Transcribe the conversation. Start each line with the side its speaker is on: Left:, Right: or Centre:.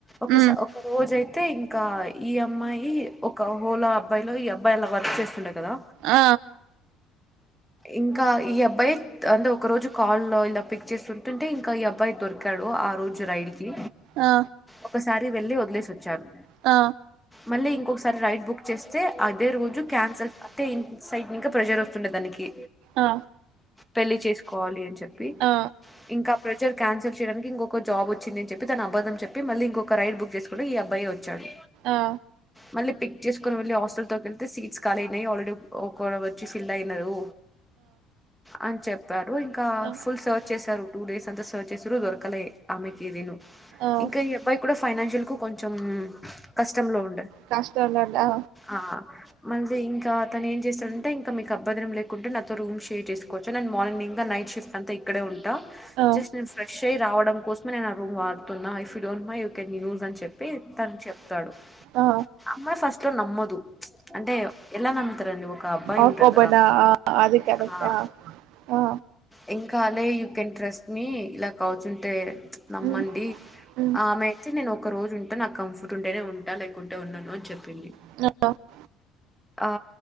Centre: ఒకస
Right: ఉమ్
Centre: ఒక రోజైతే అయితే ఇంకా ఈ అమ్మాయి ఒక హోలా అబ్బాయిలో ఈ అబ్బాయి అలా వర్క్ చేస్తుండే కదా
Right: అ
Centre: ఇంకా ఈ అబ్బాయి అంటే ఒక రోజు కాల్ లో ఇల పిక్ చేస్తుంటుంటే ఇంకా ఈ అబ్బాయి దొరిక <unintelligible> ఆ రోజు రైల్ కి
Right: ఆ
Centre: ఒకసారి వెళ్లి వదిలేసి ఓచ్చారు
Right: అ
Centre: మళ్లీ ఇంకొకసారి రైడ్ బుక్ చేస్తే అదే రో దు క్యాన్సల్ అంతే ఇ సై ఇంక ప్రెషర్ వస్తుండే దానికి
Right: ఆ
Centre: పెళ్లి చేసుకోవాలి అని చెప్పి
Right: ఆ ఆ
Centre: ఇంక ప్రెసర్ క్యాన్సల్ చేయడానికి ఇంకొక జాబ్ వచ్చిందని చెప్పి తను అబద్ధం చెప్పి మల్లి ఇంకొక రైల్ బుక్ చేసుకు ఈ అ అబ్బాయి వచ్చాడు
Right: ఆ
Centre: మళ్లీ పిక్ చేసుకొని వెళ్ళి హాస్టల్ దేగ క సీట్స్ ఖాళీ అయినాయి ఆల్రెడీ ఒకరు వచ్చి ఫిల్ ఉన్నారు అని చెప్పారు ఇంకా
Right: ఆ
Centre: ఫుల్ సర్చ్ చేశారు టూ డేస్ అంత సర్చ్ చేసురు దొరకలే ఇది ను
Right: ఆ
Centre: ఇంకా ఈ అబ్బాయి కూడా ఫైనాన్షియల్ కు కొంచెం కష్టంలో ఉ
Right: కష్టంలే ఆ
Centre: ఆ మళ్ళీ ఇంకా అతను ఏం చేశాడంటే ఇంక మీక బదరం లేకుంటే నాతో రూమ్ షేర్ చేసుకోవచ్చు నన్ను మార్నింగ్ ఇంకా నై నైట్ షిప్ అంత ఇక్కడే ఉంట
Right: ఆ
Centre: జస్ట్ నే ఫ్రెష్ అయి రాడం కోసమే నేను ఆ రూమ్ వాడుతున్న ఇఫ్ ఈ don't mind you can use అని చెప్పి తన చెప్తాడు
Right: ఆ
Centre: అమ్మాయి ఫస్ట్ లో నమ్మదు అంటే ఎలా నమ్ముతరండి ఒక అబ్బాయి
Right: ఆ
Centre: ఉంటాడు
Right: కోబనా
Centre: కదా
Right: ఆ అది కరెక్ట్
Centre: ఆ
Right: అ
Centre: ఏం కాలే యూ కెన్ ట్రస్ట్ మీ ఇలా కవుసుంటే నమ్మండి
Right: ఉమ్ ఉమ్
Centre: ఆమె అయితే నేను ఒక రోజు ఉంటే నాకు కంఫర్ట్ ఉంటానే ఉంట లేకుంటే ఉండను అని చెప్పింది
Right: <unintelligible>
Centre: ఆ